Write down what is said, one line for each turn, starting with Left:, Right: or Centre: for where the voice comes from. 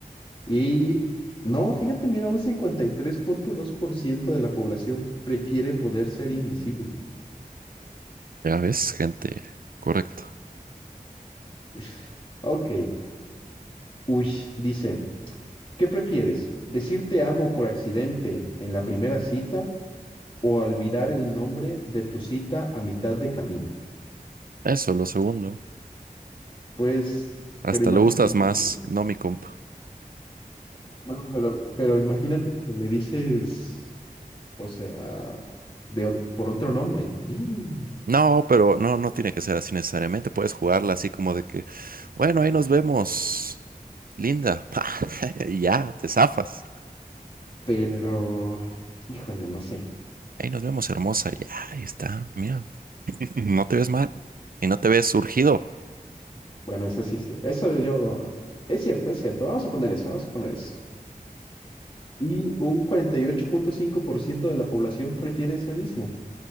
Left: Y no, fíjate, mira, un cincuenta y tres punto dos por ciento de la población prefiere poder ser invisible.
Right: Ya ves, gente, correcto.
Left: <laughs> Ok, uy, dice, ¿qué prefieres? ¿Decir te amo por accidente en la primera cita o olvidar el nombre de tu cita a mitad de camino?
Right: Eso, lo segundo.
Left: Pues,
Right: Hasta
Left: pero imagínate
Right: le gustas
Left: que
Right: más,
Left: le...
Right: no mi compa.
Left: No, pero, pero imagínate que le dices, o sea, de, o- por otro nombre. ¡Ih!
Right: No, pero no, no tiene que ser así necesariamente. Puedes jugarla así como de que, bueno, ahí nos vemos, linda. <laughs> Y ya, te zafas.
Left: Pero, híjole, no sé.
Right: Ahí nos vemos, hermosa. y Ya, ahí está. Mira. No te ves mal y no te ves surgido.
Left: Bueno, eso sí, sí. Eso yo. Es cierto, es cierto. Vamos a poner eso, vamos a poner eso. Y un cuarenta y ocho punto cinco por ciento de la población prefiere ese mismo.